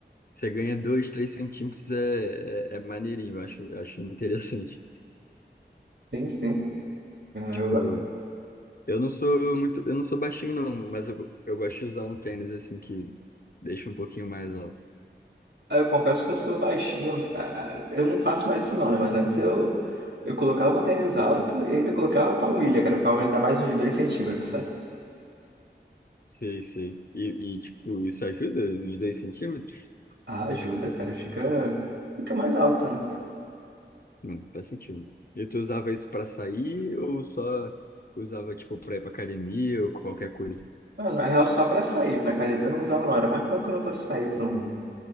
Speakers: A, on the left (about 50°); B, on the right (about 70°).
A: você ganha dois, três centímetros é, é, é maneirinho, eu acho, eu acho interessante.
B: Sim, sim. É,
A: Tipo,
B: Eu,
A: eu não sou muito, eu não sou baixinho não, mas eu, eu gosto de usar um tênis assim que deixa um pouquinho mais alto.
B: eu confesso que eu sou baixinho. Ah, ah, Eu não faço mais isso não, né? Mas antes eu, eu colocava um tênis alto e ainda colocava palmilha, cara, pra aumentar mais uns 2 centímetros, sabe?
A: Sei, sei. E, e, tipo, isso ajuda uns dois centímetros?
B: Ah, ajuda, cara. Fica, fica mais alta né?
A: Não, faz sentido. E tu usava isso pra sair ou só usava, tipo, pra ir pra academia ou qualquer coisa?
B: Mano, na real, só pra sair, pra academia eu não usava não. Era mais pra quando eu fosse sair pra um,